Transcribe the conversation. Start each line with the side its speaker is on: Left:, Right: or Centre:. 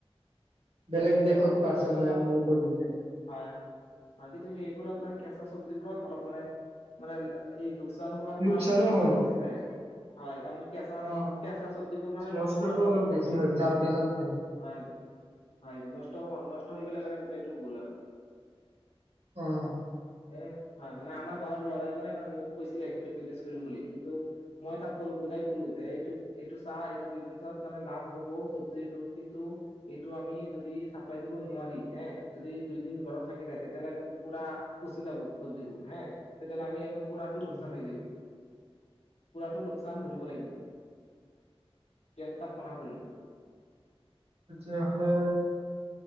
Right: বেলেগ
Left: হয় সেইবিলাকত
Right: দেশত
Left: কিন্তু
Right: পাৰ্চেল
Left: লৱা চোৱাৰ,
Right: হয় আমালোকৰ তেতিয়া
Left: হয়, হয় কিন্তু সেইবোৰত মানে কেঁচা চব্জিবোৰত অলপ মানে-মানে এই লোকচান হোৱাৰ মানে
Right: লোকচানো
Left: অলপ চান্সটো
Right: হয়
Left: বেছি থাকে, হয়। কেঁচা
Right: অ
Left: কেঁচা চব্জিবোৰ মানে নষ্ট
Right: নষ্টটো
Left: হোৱাৰ চান্সটো
Right: অলপ বেছি
Left: থাকে
Right: হয়
Left: বি,
Right: যাওঁতে যাওঁতে
Left: হয়, হয়, নষ্ট হোৱা নষ্ট মানে গোটেইটো গ'ল আৰু।
Right: অ'।
Left: এ, হয় মানে আমাৰ গাঁৱৰ ল'ৰা এজনে মানে মোক কৈছিলে সেইটো বিজনেছ কৰিম বুলি কিন্তু মই তাক ক'লো বুজাই ক'লো যে এইটো এইটো চা এইটো বিজনেচত মানে লাভ হ'ব চব্জিটোত কিন্তু এইটো আমি যদি চাপ্লাই দিব নোৱাৰি এ, যদি দুই নি ঘৰত থাকি য তেতিয়াহ'লে একদম পুৰা পচি যাব চব্জি বোৰ হে, তেতিয়াহ'লে আমি একদম কৰাটো লোকচান
Right: উম।
Left: হৈ যাব। পুৰাতো লোক চান ভৰিব লাগিব। কেনতাক মানা কৰিলো।
Right: তেতিয়াহ'লে